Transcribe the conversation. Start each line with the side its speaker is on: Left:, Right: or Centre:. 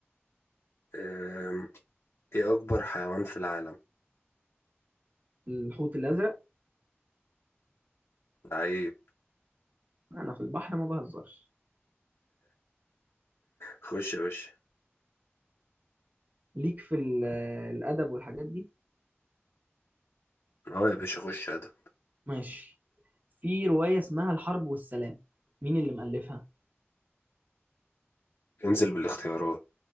Left: أم، ايه أكبر حيوان في العالم
Right: الحوت الازرق
Left: لعيب
Right: انا في البحر ما بهزرش
Left: خش يا باشا
Right: ليك في ال- الادب والحاجات دي
Left: اه يا باشا خش يا ادم
Right: ماشي في روايه اسمها الحرب والسلام مين اللي مؤلفها
Left: انزل بالاختيارات